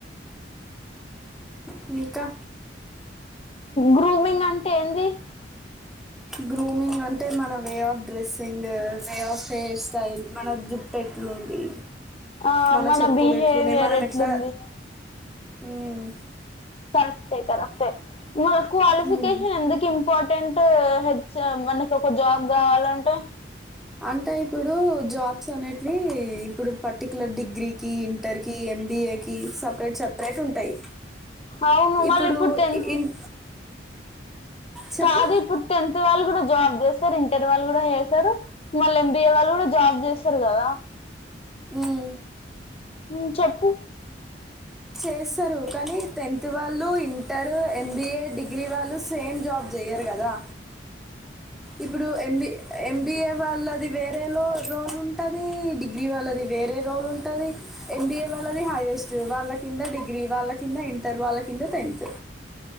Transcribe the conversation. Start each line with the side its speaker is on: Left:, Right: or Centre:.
Centre: మ్ ఇంకా
Left: గ్రూమింగ్ అంటే ఏంది
Centre: గ్రూమింగ్ అంటే మన way of dressing way of hair style మన జుట్టు ఎట్లుంది
Left: ఆ
Centre: మన చెప్పులు
Left: బిహేవియర్
Centre: ఎట్లున్నాయ్ మనం
Left: ఎట్లుంది
Centre: ఎట్లా మ్
Left: కరెక్టే కరెక్టే మన క్వాలిఫికేషన్
Centre: మ్మ్.
Left: ఎందుకు ఇంపార్టెంట్ హెచ్ మనకి ఒక జాబ్ గావాలంటే
Centre: అంటే ఇప్పుడు జాబ్స్ అనేటివి ఇప్పుడు పర్టికులర్ డిగ్రీకి ఇంటర్ కి ఎంబీఏకి సపరేట్ సపరేట్ ఉంటాయ్
Left: అవును
Centre: ఇప్పుడు
Left: మళ్ళీ టెన్త్
Centre: ఇ ఇన్ చెప్పు
Left: కాదు ఇప్పుడు టెన్త్ వాళ్ళు కూడా జాబ్ చే ఇంటర్ వాళ్ళు కూడా చేసరు మళ్ళ ఎంబీఏ వాళ్ళు కూడా జాబ్ చేస్తారు గదా
Centre: మ్మ్.
Left: మ్ చెప్పు
Centre: చేస్తారు కానీ టెన్త్ వాళ్ళు ఇంటర్ ఎం బీఏ డిగ్రీ వాళ్ళు సేమ్ జాబ్ జెయ్యరు గదా ఇప్పుడు ఎంబి ఎంబిఏ వాళ్ళది వేరేలో జాబ్ ఉంటది డిగ్రీ వాళ్ళది వేరే జాబ్ ఉంటది ఎంబీఏ వాళ్ళది హైయె ఫస్ట్ వాళ్ల కింద డిగ్రీ వాళ్ల కింద ఇంటర్ వాళ్ల కింద టెన్త్